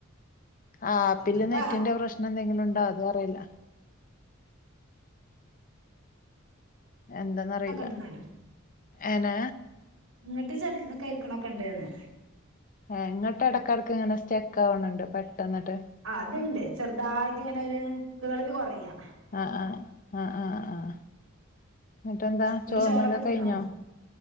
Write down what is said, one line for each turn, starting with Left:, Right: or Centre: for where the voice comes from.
Left: ആ ആപ്പില്
Right: ഇപ്പ
Left: നെറ്റിന്റെ പ്രശ്നം ന്തെങ്കിലും ഉണ്ടോ അതു അറിയില്ല. എന്താന്നറിയില്ല
Right: ആകെ ഉണ്ടെന്നാലും
Left: ഏനെ..
Right: ഇങ്ങട്ട് ചിലത് കേൾക്കണൊക്കെ ണ്ടേന്ന്.
Left: ഇങ്ങട്ട ടക്കിടയ്ക്‌ങ്ങനെ സ്റ്റെക്ക് ആവണണ്ട് പെട്ടെന്നിട്ട്.
Right: ആ അത്ണ്ട് ചെറുതായിട്ട്ങ്ങനെ ഒരു കേൾവി കുറയാ.
Left: ആഹ് ആഹ ആഹ് ആഹ ആഹ എന്നിട്ടെന്താ
Right: എന്നിട്ട്
Left: ചോർണ്ണലൊക്കെ
Right: ചോറൊക്കെ തിന്നോ
Left: കഴിഞ്ഞോ.